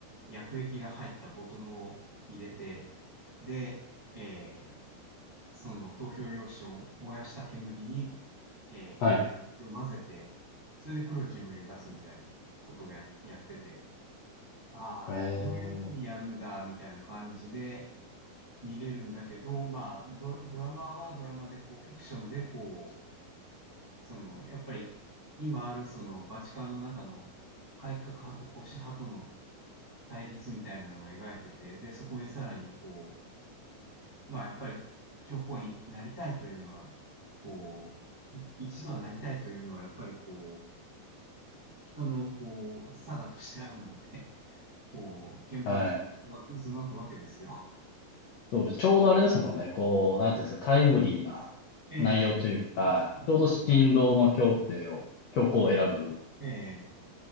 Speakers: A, on the right; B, on the left.
A: 薬液が入ったボトルを入れて、で、えーその投票用紙を燃やした煙に、え
B: はい。
A: ーを混ぜて、それで黒い煙を出すみたいなことをや、やってて、ああ、
B: ええ
A: こういうふうにやるんだ、みたいな感じで見れるんだけど、まあ、ド、ドラマはドラマで、こう、フィクションで、こう、その、やっぱり、今ある、その、バチカンの中の改革派と保守派との対立みたいなのを描いてて、で、そこにさらに、こう、まあ、やっぱり、教皇になりたいというのは、こう、い一度はなりたいというのは、やっぱりこう、人のこう、差がとしてあるので、<laughs> こう、憲法自体が渦巻くわけですよ。
B: はい。そうです。ちょうどあれですもんね。こう、なんていうんですか、タイムリーな内容というか、
A: ええそうなんですよ
B: ちょうど新ローマ教廷を、教皇を選ぶ、
A: ええ、ええ、